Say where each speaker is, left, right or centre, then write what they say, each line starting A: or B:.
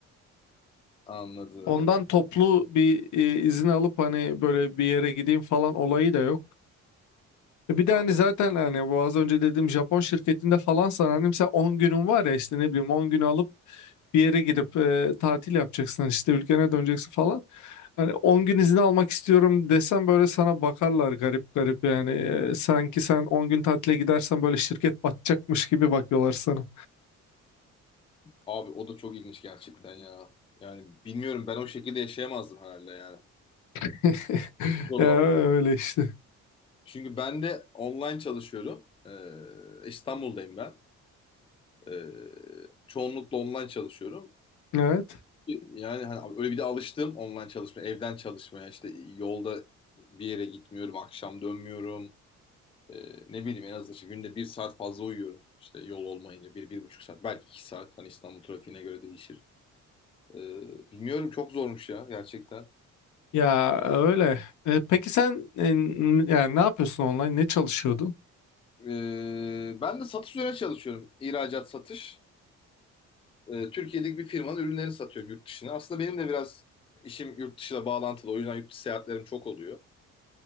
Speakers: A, on the left; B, on the left.
A: Anladım,
B: Ondan toplu bir e, izin alıp hani böyle bir yere gideyim falan olayı da yok. E Bir
A: anladım.
B: de hani zaten hani bu az önce dediğim Japon şirketinde falan sana hani mesela 10 günün var ya işte ne bileyim 10 günü alıp bir yere gidip e, tatil yapacaksın hani işte ülkene döneceksin falan. Hani 10 gün izin almak istiyorum desem böyle sana bakarlar garip garip yani E, sanki sen 10 gün tatile gidersen böyle şirket batacakmış gibi bakıyorlar sana.
A: Abi o da çok ilginç gerçekten ya. Yani bilmiyorum ben o şekilde yaşayamazdım herhalde yani.
B: <laughs>
A: Zor
B: Ya
A: valla.
B: öyle işte.
A: Çünkü ben de online çalışıyorum. Ee, İstanbul'dayım ben. Ee, çoğunlukla online çalışıyorum.
B: Evet.
A: Yani hani öyle bir de alıştım online çalışmaya, evden çalışmaya. İşte yolda bir yere gitmiyorum, akşam dönmüyorum. Ee, ne bileyim en azından işte günde bir saat fazla uyuyorum. İşte yol olmayınca bir, bir buçuk saat, belki iki saat. Hani İstanbul trafiğine göre değişir. Ee, bilmiyorum çok zormuş ya gerçekten.
B: Ya öyle. E, peki sen e, n- yani ne yapıyorsun online? Ne çalışıyordun?
A: Ee, ben de satış üzerine çalışıyorum. İhracat satış. e, Türkiye'deki bir firmanın ürünlerini satıyorum yurt dışına. Aslında benim de biraz işim yurt dışıyla bağlantılı. O yüzden yurt dışı seyahatlerim çok oluyor.